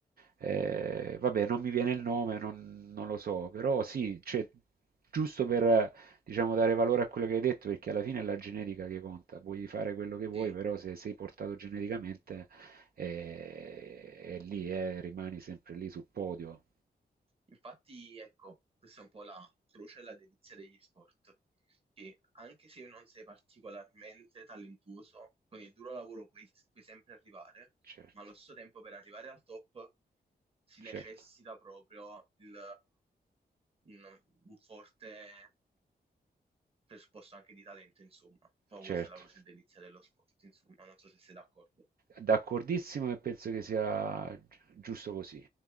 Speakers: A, on the right; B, on the right.
A: Eh, vabbè, non mi viene il nome, non, non lo so, però sì, cioè, giusto per, diciamo, dare valore a quello che hai detto, perché alla fine è la genetica che conta. Puoi fare quello che vuoi,
B: sì.
A: però se sei portato geneticamente eh, è, lì, eh, rimani sempre lì sul podio.
B: Infatti, ecco, questa è un po' la croce e la delizia degli sport, che anche se non sei particolarmente talentuoso, con il duro lavoro puoi, puoi sempre arrivare,
A: Certo,
B: ma allo stesso tempo per arrivare al top si
A: certo,
B: necessita proprio il, un, un forte presupposto anche di talento, insomma. Poi
A: certo.
B: questa è la croce e delizia dello sport, insomma, non so se sei d'accordo.
A: D'accordissimo e penso che sia gi- giusto così.